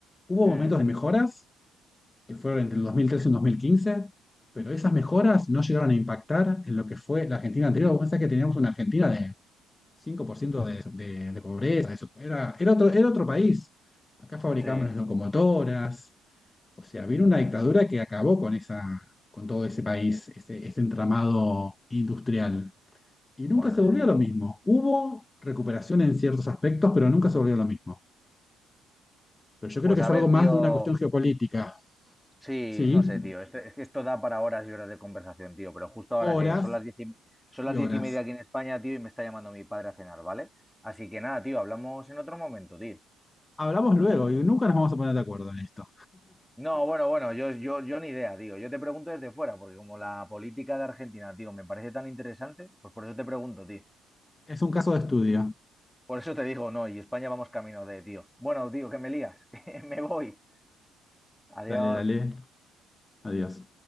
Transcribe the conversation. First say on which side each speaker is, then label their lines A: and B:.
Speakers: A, on the left; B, in the centre.
A: Hubo
B: Mm.
A: momentos de mejoras, que fueron entre el 2013 y el 2015, pero esas mejoras no llegaron a impactar en lo que fue la Argentina anterior. Vos pensás que teníamos una Argentina de 5% de, de, de pobreza, eso. Era, era otro, era otro país. Acá fabricamos
B: Sí.
A: las locomotoras. O sea, vino una dictadura que acabó con esa, con todo ese país, ese, ese entramado industrial. Y nunca
B: Bueno,
A: se
B: no
A: volvió
B: sé, tío.
A: lo mismo. Hubo recuperación en ciertos aspectos, pero nunca se volvió lo mismo. Pero yo
B: Pues
A: creo que
B: a
A: es
B: ver,
A: algo más
B: tío.
A: de una cuestión geopolítica.
B: Sí,
A: Sí,
B: no sé, tío. Esto- es que esto da para horas y horas de conversación, tío. Pero justo ahora
A: horas
B: que son las diez y, son
A: y
B: las
A: horas.
B: diez y media aquí en España, tío, y me está llamando mi padre a cenar, ¿vale? Así que nada, tío, hablamos en otro momento, tío.
A: Hablamos luego y nunca nos vamos a poner de acuerdo en esto.
B: No, bueno, bueno, yo, yo, yo ni idea, tío. Yo te pregunto desde fuera, porque como la política de Argentina, tío, me parece tan interesante, pues por eso te pregunto, tío.
A: Es un caso de estudio.
B: Por eso te digo, no, y España vamos camino de, tío. Bueno, tío, que me lías, <laughs> me voy. Adiós.
A: Dale, dale. Adiós.